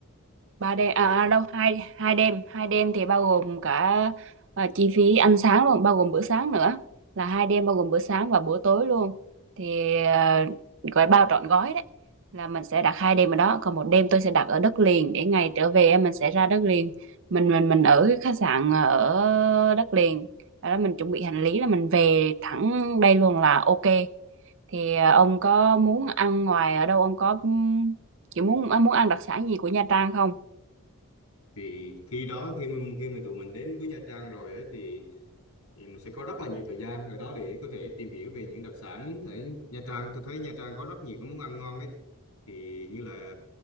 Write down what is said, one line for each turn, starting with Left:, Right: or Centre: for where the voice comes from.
Right: ba đêm
Left: rồi
Right: à, à đâu hai hai đêm hai đêm thì bao gồm cả à, chi phí ăn sáng luôn bao gồm bữa sáng nữa là hai đêm bao gồm bữa sáng và bữa tối luôn thì à, gọi bao trọn gói đấy là mình sẽ đặt hai đêm ở đó còn một đêm tôi sẽ đặt ở đất liền để ngày trở về mình sẽ ra đất liền mình mình mình ở cái khách sạn ở đất liền Sau đó mình chuẩn bị hành lý là mình về thẳng đây luôn là ok thì à, ông có muốn ăn ngoài ở đâu ông có ừm, kiểu muốn muốn ăn đặc sản gì của Nha Trang không
Left: thì khi đó khi mà, khi mà tụi mình đến với Nha Trang rồi ấy thì thì mình sẽ có rất là nhiều thời gian rồi đó để có thể tìm hiểu về những đặc sản ở Nha Trang tôi thấy Nha Trang có rất nhiều cái món ăn ngon ấy thì như là